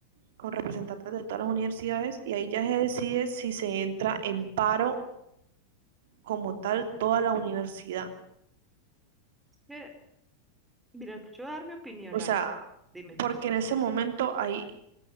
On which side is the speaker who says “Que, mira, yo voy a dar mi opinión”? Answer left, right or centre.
Centre